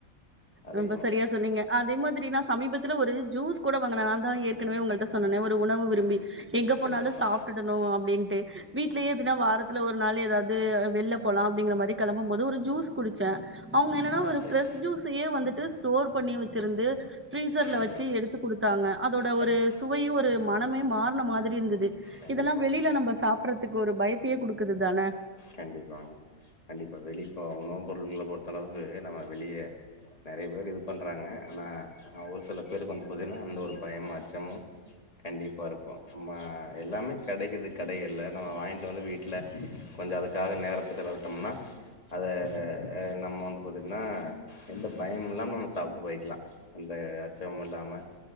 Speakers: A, on the left; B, on the right.
A: அதிகமா
B: ரொம்ப சரியா சொன்னீங்க அதேம திரி சமீபத்துல ஒரு ஜூஸ் கூட வாங்க நான் தான் ஏற்கனவே உங்கள்ட்ட சொன்னே ஒரு உணவு விரும்பி எங்க போனாலும்
A: கண்டிப்பா
B: சாப்பிடிடணும் அப்டின்ட்டு வீடலயே எப்டின்னா வாரத்துல ஒரு நாள் அதாது வெள்ளை போலாம் அப்டிங்கற மாரி கிளம்பும் போது ஒரு ஜூஸ் குடிச்சேன் அவங்க என்னன்னா ஒரு
A: சரி
B: ஃப்ரெஷ் ஜூஸ் வந்துட்டு ஸ்டோர் பண்ணி வ ச்சு இருந்து ஃபிரீசர்ல
A: அதா
B: வச்சு எடுத்து குடுத்தாங்க அதோட ஒரு
A: கண்டி
B: சுவையும் ஒரு மனமே மார்ன மாதிரி இருந்தது
A: கண்டிப்பா
B: இதெல்லாம் வெளியில நம்ம சாப்பறதுக்கு ஒரு பயத் த்தியே குடுக்குது தானே
A: கண்டிப்பா கண்டிப்பா வெளிப்பா உணவு பொருட்களை பொறுத்த அளவுக்கு நம்ம வெளிய நெறைய பேர் இது பண்றாங்க ஆனா ஒரு சில பேருக்கு வந்து பாத்தீங்கன்னா அந்த ஒரு பயமும் அச்சமும் கண்டிப்பா இருக்கும் நம்ம எல்லாமே கெடைக்குது கடைகள்ல்ல நம்ம வாங்கிட்டு வந்து வீட்டுல கொஞ்சம் அதுக்காக நேரத்த செலவிட்டோம்னா அத நம்ம வந்து பாத்தீங்கனா எந்த பயமும் இல்லாமல் நம்ம சாப்பிட்டு போயக்கலாம் அந்த அச்சமும் இல்லாம